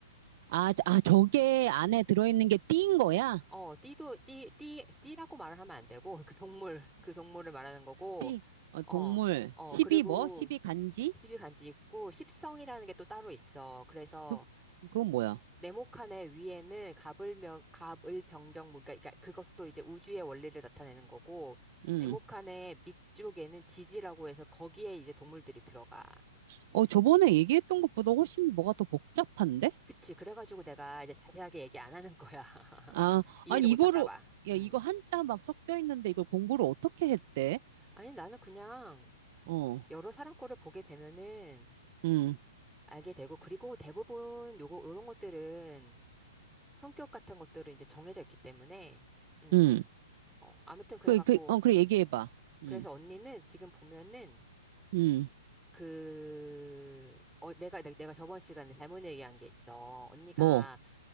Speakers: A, on the right; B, in the centre.
A: 아, 저- 아, 저게 안에 들어있는 게 띠인 거야?
B: 어, 띠도, 띠, 띠, 띠라고 말을 하면 안 되고, <laughs> 그 동물, 그 동물을 말하는 거고,
A: 띠, 어, 동물,
B: 어, 어,
A: 십이
B: 그리고
A: 뭐? 십이 간지?
B: 십이간지 있고, 십성이라는 게 또 따로 있어. 그래서,
A: 그, 그건 뭐야?
B: 네모칸의 위에는 가불명, 가을병정무, 그러니까 그것도 이제 우주의 원리를 나타내는 거고,
A: 음.
B: 네모칸의 밑쪽에는 지지라고 해서 거기에 이제 동물들이 들어가.
A: 어, 저번에 얘기했던 것보다 훨씬 뭐가 더 복잡한데?
B: 그치. 그래가지고 내가 이제 자세하게 얘기 안 하는 거야. <laughs>
A: 아,
B: 이해를
A: 아니,
B: 못
A: 이거를,
B: 할까 봐.
A: 야,
B: 음.
A: 이거 한자 막 섞여 있는데 이걸 공부를 어떻게 했대?
B: 아니, 나는 그냥
A: 어,
B: 여러 사람 거를 보게 되면은
A: 음,
B: 알게 되고, 그리고 대부분 요거, 요런 것들은 성격 같은 것들은 이제 정해져 있기 때문에, 음.
A: 음.
B: 어, 아무튼 그래갖고,
A: 그, 그, 어, 그래,
B: 음.
A: 얘기해봐. 음,
B: 그래서 언니는 지금 보면은
A: 음,
B: 그, 어, 내가, 내- 내가 저번 시간에 잘못 얘기한 게 있어. 언니가
A: 뭐,